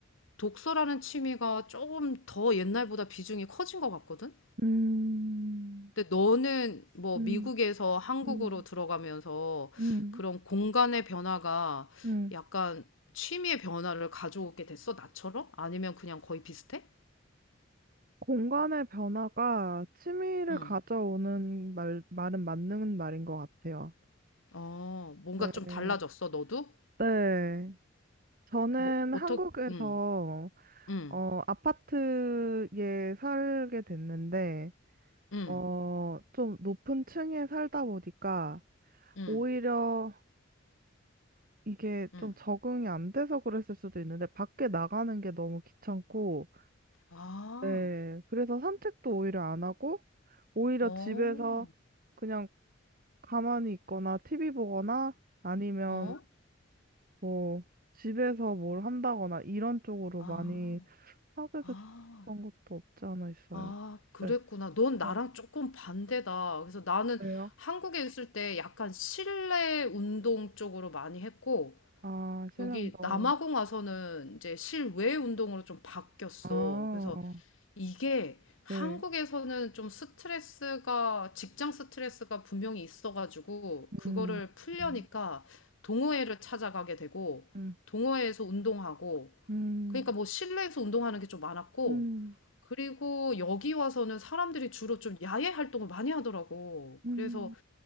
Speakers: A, on the left; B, on the right.
A: 독서라는 취미가 조금 더 옛날보다 비중이 커진 것 같거든?
B: 음,
A: 근데 너는 뭐
B: 음,
A: 미국에서 한국으로
B: 음,
A: 들어가면서
B: 음.
A: 그런 공간의 변화가
B: 음.
A: 약간 취미의 변화를 가져오게 됐어, 나처럼? 아니면 그냥 거의 비슷해?
B: 공간의 변화가 취미를
A: 응.
B: 가져오는 말, 말은 맞는 말인 것 같아요.
A: 어, 뭔가
B: 네.
A: 좀 달라졌어, 너도?
B: 네. 저는
A: 뭐, 어떻게,
B: 한국에서,
A: 응, 응,
B: 어, 아파트에 살게 됐는데,
A: 응,
B: 어, 좀 높은 층에 살다 보니까,
A: 응,
B: 오히려 이게
A: 응.
B: 좀 적응이 안 돼서 그랬을 수도 있는데, 밖에 나가는 게 너무 귀찮고,
A: 아,
B: 네. 그래서 산책도 오히려 안 하고, 오히려
A: 어,
B: 집에서 그냥 가만히 있거나 티비 보거나 아니면
A: 어,
B: 뭐 집에서 뭘 한다거나 이런 쪽으로
A: 아,
B: 많이 하게
A: 아.
B: 됐던 것도 없지 않아 있어요.
A: 아, 그랬구나.
B: 네.
A: 넌 나랑
B: 네.
A: 조금 반대다. 그래서 나는
B: 왜요?
A: 한국에 있을 때 약간 실내 운동 쪽으로 많이 했고,
B: 아, 실내
A: 여기
B: 운동.
A: 남아공 와서는 이제 실외 운동으로 좀 바뀌었어.
B: 아,
A: 그래서 이게 한국에서는
B: 네.
A: 좀 스트레스가, 직장 스트레스가 분명히 있어가지고, 그거를
B: 음.
A: 풀려니까
B: 음.
A: 동호회를 찾아가게 되고,
B: 음.
A: 동호회에서 운동하고,
B: 음.
A: 그러니까 뭐 실내에서 운동하는 게 좀 많았고,
B: 음.
A: 그리고 여기 와서는 사람들이 주로 좀 야외 활동을 많이 하더라고.
B: 음.
A: 그래서